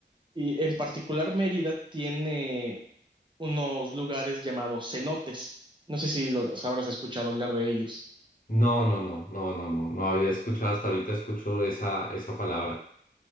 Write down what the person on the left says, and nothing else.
No, no, no, no, no, no, no había escuchado hasta ahorita, escucho esa, esa palabra.